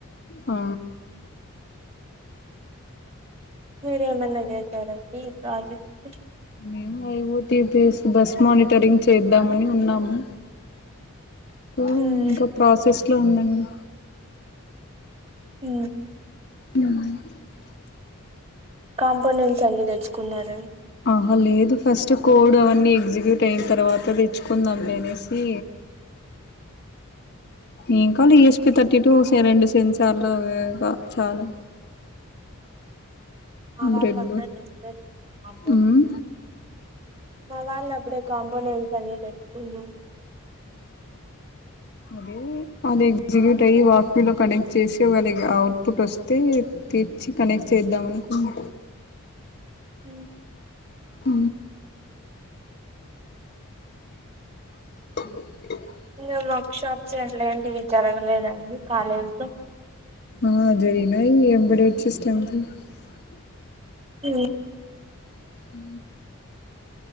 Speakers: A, on the left; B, on the right.
A: ఆ
B: మీరేమన్నా చేసారండి ఈ ప్రాజెక్ట్
A: మేము I O T base bus monitoring చేద్దామని ఉన్నాము పూ
B: ఉమ్
A: ఇంకా ప్రాసెస్ అట్లా ఉందండి
B: హ
A: <unintelligible>
B: కాంపోనెంట్స్ అన్ని తెచ్చుకున్నారు
A: ఆహ లేదు ఫస్ట్ కోడ్ అవన్నీ ఎగ్జిక్యూట్ అయిన తర్వాత తెచ్చుకుందాంని అనేసి ఏం కాాల ఈఎస్పి థర్టీ టూ రెండు సెన్సార్లు చాలు
B: మా వారు
A: బ్రెడ్
B: <unintelligible>
A: ఉమ్
B: మా వాళ్ళ అప్పుడే కాంపోనెంట్స్ అన్ని తెచ్చుకున్నారు
A: అదే అది ఎగ్జిక్యూట్ అయ్యి వాక్వీలో కనెక్ట్ చేసి వాళ అవుట్పుట్ వస్తే తెచ్చి కనెక్ట్ చేద్దాం అనుకున్నా
B: అ
A: అ <unintelligible>
B: ఇంగ వర్క్ షాప్స్ ఎట్లా ఏంటి ఇవి జరగలేదండి కాలేజీలో
A: ఆ జరిగినాయి ఎంబడ <unintelligible>
B: అ
A: ఊ....